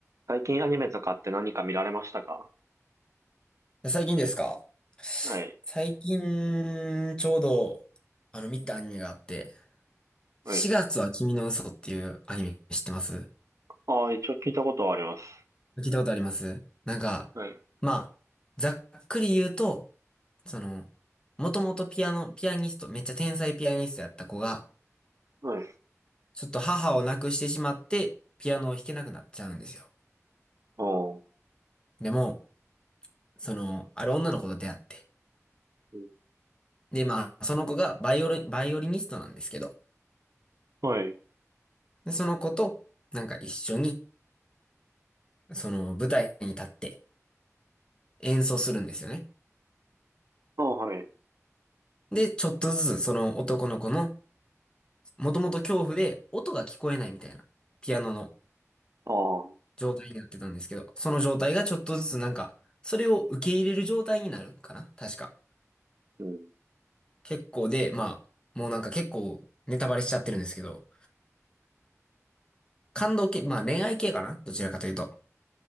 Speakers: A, on the right; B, on the left.
A: 最近アニメとかって何か見られましたか
B: 最近ですか
A: はい。
B: 最近、ちょうど、あの、見たアニメがあって、
A: はい。
B: 4月は君の嘘っていうアニメ知ってます
A: ああ、一応聞いたことはあります。
B: 聞いたことありますなんか、
A: はい。
B: まあ、ざっくり言うと、その、もともとピアノ、ピアニスト、めっちゃ天才ピアニストやった子が、
A: はい。
B: ちょっと母を亡くしてしまって、ピアノを弾けなくなっちゃうんですよ。
A: ああ、う
B: でも、その、ある女の子と出会って、
A: ん
B: で、まあ、その子がバイオリン、バイオリニストなんですけど、
A: はい。
B: で、その子と、なんか一緒に、その舞台に立って演奏するんですよね。
A: ああ、はい。
B: で、ちょっとずつその男の子の、もともと恐怖で音が聞こえないみたいな、ピアノの
A: ああ、
B: 状態になってたんですけど、その状態がちょっとずつなんか、それを受け入れる状態になるんかな確か。
A: うん。
B: 結構で、まあ、もうなんか結構ネタバレしちゃってるんですけど、感動系、まあ恋愛系かなどちらかというと。